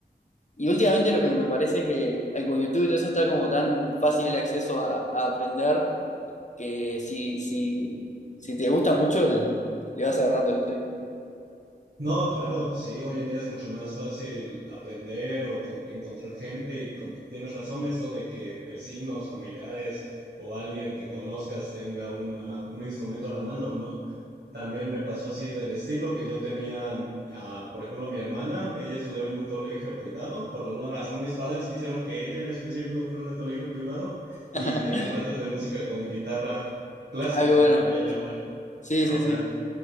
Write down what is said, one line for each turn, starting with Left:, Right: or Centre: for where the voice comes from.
Left: y últimamente lo que me parece es que eh, con YouTube y todo eso está como tan fácil el acceso a, a aprender que si, si, si te gusta mucho, el- le vas agarrando el ritmo.
Right: No, claro, sí, hoy en día es mucho más fácil aprender o con- encontrar gente y con- tienes razón esto de que vecinos, familiares o alguien que conozcas tenga una, un instrumento a la mano, ¿no? También me pasó así del estilo que yo tenía, ah, por ejemplo, mi hermana, ella estudiaba en un colegio privado, por alguna razón mis padres quisieron que ella en específico fuera de colegio privado y
Left: <laughs>
Right: tenía clases de música con guitarra clásica,
Left: Ah, qué bueno.
Right: le voy a llamar
Left: Sí,
Right: ahora.
Left: sí, sí.